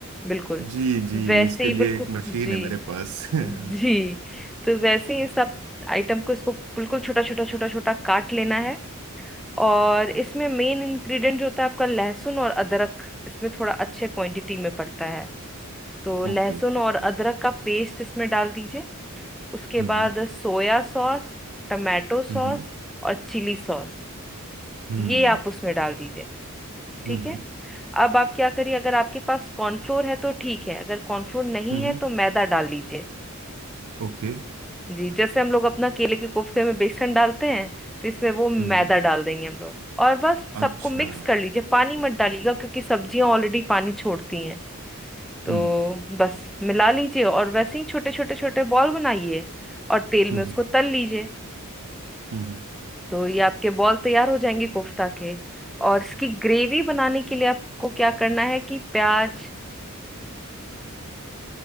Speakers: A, in the centre; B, on the right.
A: बिल्कुल
B: जी जी
A: वैसे
B: इसके
A: ही
B: लिए
A: बिल्कुल
B: एक मशीन
A: जी
B: है मेरे पास <laughs> हम्म
A: जी तो वैसे ही सब आइटम को इसको बिल्कुल छोटा छोटा छोटा छोटा काट लेना है और इसमें मेन इंग्रेडिएंट जो होता है आपका लहसुन और अदरक इसमें थोड़ा अच्छे क्वांटिटी में पड़ता है तो लहसुन
B: Okay
A: और
B: okay
A: अदरक का पेस्ट इसमें डाल दीजिए उसके
B: हम्म
A: बाद
B: हम्म
A: सोया सॉस टमाटो सॉस
B: हम्म
A: और चिली सॉस
B: हम्म
A: ये आप उसमें डाल दीजिए ठीक
B: हम्म
A: है
B: हम्म,
A: अब आप क्या करिए अगर आपके पास कॉर्नफ्लोर है तो ठीक है अगर कॉर्नफ्लोर नहीं
B: हम्म,
A: है
B: हम्म,
A: तो मैदा डाल लीजिए
B: ओके
A: जी जैसे हम लोग अपना केले के कोफ्ते में बेसन डालते हैं तो इसमें वो मैदा
B: हम्म हम्म,
A: डाल देंगे हम लोग और बस
B: अच्छा
A: सबको मिक्स कर लीजिए पानी मत डालिएगा क्योंकि सब्जियां ऑलरेडी पानी छोड़ती हैं तो
B: हम्म
A: बस मिला लीजिए और वैसे ही छोटे छोटे छोटे बॉल बनाइए और तेल में
B: हम्म
A: उसको तल लीजिए
B: हम्म
A: तो ये आपके बॉल तैयार हो जाएंगे कोफ्ता के और इसकी ग्रेवी बनाने के लिए आपको क्या करना है कि प्याज